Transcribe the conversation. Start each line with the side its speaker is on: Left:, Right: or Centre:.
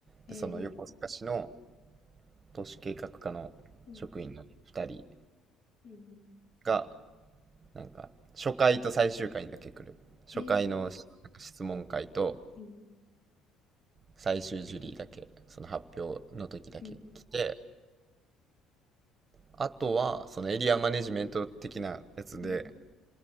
Left: へえ。
Right: でその横須賀市の都市計画課の職員の2人
Left: うん。うんうん。
Right: がなんか初回と最終回にだけ来る初回のなんか質問会と
Left: へえ。うん。
Right: 最終ジュリーだけその発表の時だけ来て
Left: うん。
Right: あとはそのエリアマネジメント的なやつで
Left: うん。